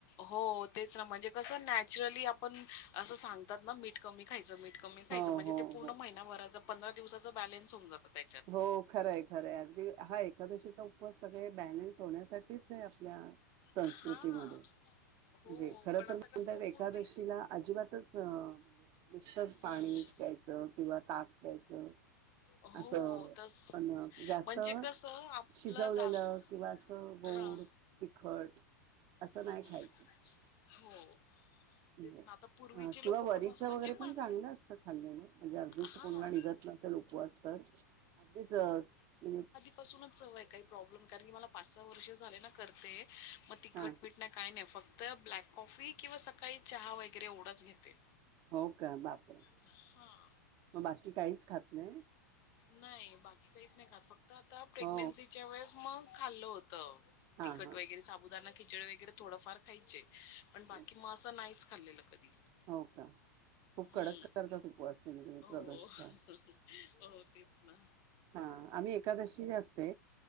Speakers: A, on the left; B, on the right.
A: हो तेच ना म्हणजे कसं नॅचरली आपण असं सांगतात ना मीठ कमी खायचं मीठ कमी खायचं
B: हो
A: म्हणजे
B: हो
A: ते पूण
B: हो
A: महिनाभरा पंरा दिवसा बॅन्स होन जात त्या
B: हो खरंय खरंय अगदी हा एकादशीचा उपवास सगळे बॅलन्स होण्यासाठीच आहे आपल्या संस्कृतीमध्ये
A: हां.
B: म्हणजे
A: हो.
B: खर
A: पण आता
B: तर म्हणत
A: कसं
B: एकादशीला
A: पूर्वी
B: अजिबातच म्हणजे नुसतंच
A: हं.
B: पाणी प्यायचं किंवा ताक द्यायचं
A: हो.
B: असं
A: तसं
B: पण जास्त
A: म्हणजे कसं आपलं
B: शिजवलेलं
A: जास्त
B: किंवा असं गोड
A: हां.
B: तिखट अस नाही
A: हं, हं.
B: खायच.
A: <inaudible> हो
B: <unintelligible>
A: तेच ना. आता पूर्वीचे
B: अ किंवा
A: लोकं
B: वरीच
A: पण असं
B: वगैरे
A: म्हणजे माझं
B: पण चांगलं असतं खाल्ल्याने म्हणजे अ <unintelligible> अगदीच
A: हां.
B: कोणाला निघत नसेल उपवास तर अगदीच म्हणजे
A: पासूनच हवंय काही प्रॉब्लेम कारण की मला पाच सहा वर्ष झाले ना करते मग तिखटपीठ
B: हा
A: नाही काय नाही फक्त ब्लॅक कॉफी किंवा सकाळी चहा वगैरे एवढंच घेते
B: हो का बापर
A: हा
B: तो बाकी काहीच खात नाही.
A: नाही बाकी काहीच नाही खात फक्त आता प्रेग्नेन्सीच्या
B: हो
A: वेळेस मग खाल्लं होतं.
B: हा
A: तिखट
B: हा
A: वैगेरे साबुदाना खिचड वैगेरे थोडंफार खायचे. पण
B: हो
A: बाकी म असं नाहीच खाल्लेलं कधी.
B: हो का खूप
A: हं.
B: कडक करतात उपवास प्रदोषता
A: हो. हो तेच ना
B: हा आम्ही एकादशी असते